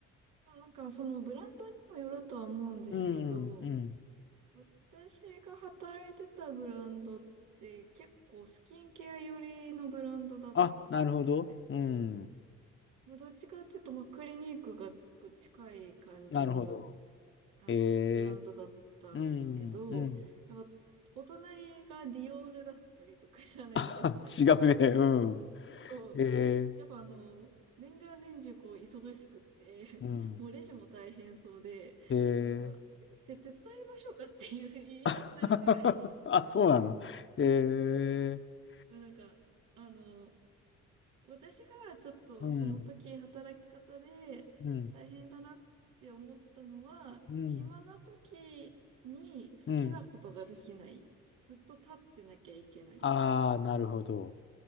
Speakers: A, on the right (about 85°); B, on the left (about 40°).
A: うん、なんかそのブランドにもよるとは思うんですけど、
B: うん、うん。
A: 私が働いてたブランドって結構スキンケア寄りのブランドだったんですね。
B: あ、なるほど。うん。
A: まあ、どっちかっていうと、まあ、クリニックが近い感じの、
B: なるほど。
A: あの、
B: え
A: ブランドだったんですけど、
B: ー、うん、うん。
A: やっぱ、お隣がディオールだったりとか、シャネルだったりとか
B: <laughs> あ、違うね。うん。
A: すると、
B: え
A: やっぱあの、年がら年中こう忙しくて、<laughs>
B: ー、うん。
A: もうレジも大変そうで、
B: えー。
A: まあ、なんか、えっと、手、手伝いましょうかっていう言いたくなるぐらい
B: <laughs> あ、そうなの。えー、
A: いやなんか、あの、私がちょっとその時働き方で大変だなって思ったのは、
B: うん、うん、うん、
A: 暇な時に好きなことができない。
B: うん。
A: ずっと立ってなきゃいけない。
B: ああ、なるほど。